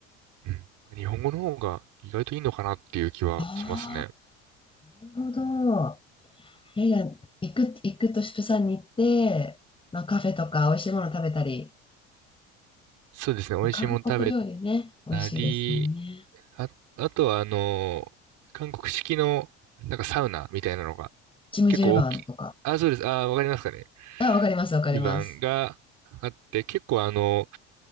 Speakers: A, on the right; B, on the left.
A: うん。日本語の方が意外といいのかなっていう気はしますね。
B: ああ、なるほど。いやいや、行く、行くとしプサンに行って、まあ、カフェとか美味しいもの食べたり、
A: そうですね。美味しいもの食べ
B: 韓国料理ね、美味しいですもんね。
A: たり、あ、あとはあの、韓国式のなんかサウナみたいなのが
B: チムジルバンとか。
A: 結構大きい。あ、そうです。あ、わかりますかね。
B: あ、わかります、わかります。
A: 湯番があって、結構あの、